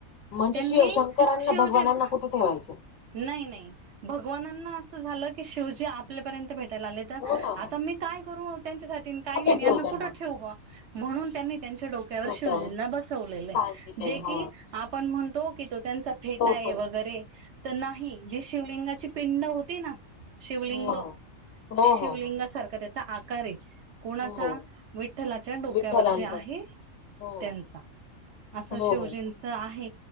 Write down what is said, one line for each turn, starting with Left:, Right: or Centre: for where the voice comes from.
Left: म्हणजे
Right: त्यांनी
Left: शिव शंकरांना
Right: शिवजींना
Left: भगवानांना कुठे ठेवायचं?
Right: नाही नाही भगवानांना असं झालं की, शिवजी आपल्यापर्यंत भेटायला आले तर.
Left: हो ना
Right: आता मी काय करू त्यांच्यासाठीन काय
Left: कुठे
Right: नाही आणि यांना
Left: ठेवू त्यांना
Right: कुठे ठेवू बुवा? म्हणून त्यांनी त्यांच्या डो क्यावर
Left: डोक्यावर
Right: शिवजींना बसवलेलं हाय.
Left: सांज दिले
Right: जे
Left: हो
Right: की आपण म्हणतो की तो त्यांचा फेटा
Left: तो
Right: हाय
Left: पण
Right: वगैरे तर नाही जी शिवलिंगाची पिंड होती ना, शिवलिंग
Left: हो हो
Right: ते शिवलिंग
Left: हो हो हो
Right: सारखा त्याचा आकार हे. कोणाचा?
Left: हो
Right: विठ्ठलाच्या डोक्यावर
Left: विठ्ठलांच
Right: जे आहे
Left: हो हो
Right: त्यांचा. असं
Left: हो
Right: शिवजींच आहे.